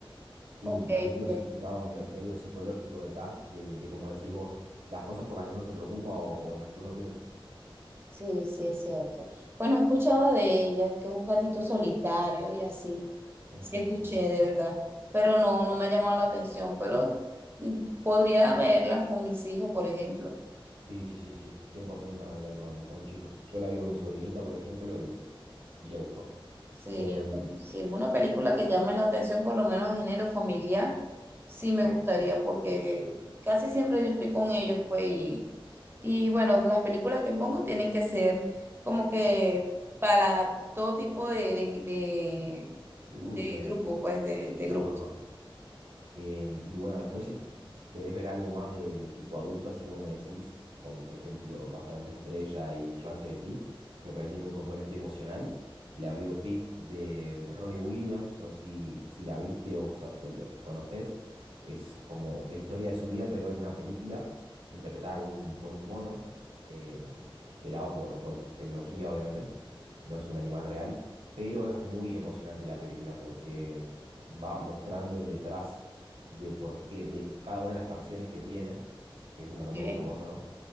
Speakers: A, on the right; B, on the right.
A: Y
B: ok,
A: también tiene
B: ok.
A: un significado me- medio psicológico detrás de, de, como decís vos, las cosas por las que uno se preocupa o, o en las que uno piensa.
B: Sí, sí, es cierto. Bueno, he escuchado de ella, que es un gatito solitario y así.
A: Ujú,
B: Sí, escuché,
A: ujú.
B: de verdad. Pero no, no me ha llamado la atención, pero mm, podría verla con mis hijos, por ejemplo.
A: Sí, sí, sí, sí. 100% es para mirar con, con chicos. Yo la vi con mi sobrinita, por ejemplo, y, y le gustó.
B: Sí,
A: Em,
B: si es una película que llame la atención, por lo menos género familiar, sí
A: sí,
B: me gustaría porque casi siempre yo estoy con ellos, pues, y, y bueno, las películas que pongo tienen que ser como que para todo tipo de, de,
A: de
B: de,
A: público,
B: de
A: digamos.
B: grupo, pues, de, de grupos.
A: Ajá, ajá. Em, y bueno, después si, si- si querés ver algo más de, de tipo adulto, así como me decís, como por ejemplo Bajo la misma estrella y Yo antes de ti, que por ahí tiene un componente emocional, la biopic de Robbie Williams, no sé si, si la viste o sa- o lo- conoces, es como la historia de su vida, pero en una película interpretada con un, con un mono, em, generado por, por tecnología, obviamente, no es un animal real, pero es muy emocionante la película porque va mostrando el detrás de por qué, de cada una de las canciones que tiene, que es un cantante
B: Ok.
A: muy famoso, ¿no?